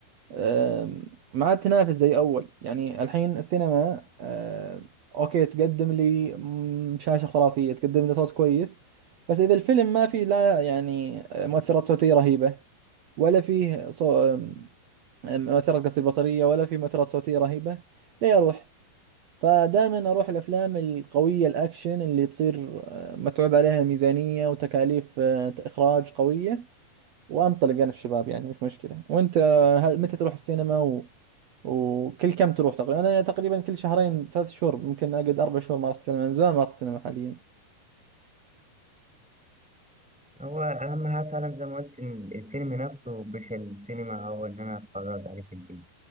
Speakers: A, on the right; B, in the centre.
A: آم، ما عاد تنافس زي اول يعني الحين السينما آم، اوكي تقدم لي مم، شاشة خرافية تقدم لي صوت كويس بس اذا الفيلم ما في لا يعني مؤثرات صوتية رهيبة ولا فيه صو... آم، مؤثرات قصدي بصرية ولا فيه مؤثرات صوتية رهيبة ليه اروح فدائما اروح الافلام القوية الاكشن اللي تصير آه، متعوب عليها ميزانية وتكاليف آه، اخراج قوية وانطلق انا الشباب يعني مش مشكلة وانت آه، هل- متى تروح السينما وكل كم تروح تقريبا انا تقريبا كل شهرين ثلاث شهور يمكن اقعد اربع شهور ما رحت سينما من زمان ما رحت سينما حاليا
B: هو أهم حاجة فعلا زي ما قلت إن الفيلم نفسه مش السينما أو إن أنا أتفرج عليه في البيت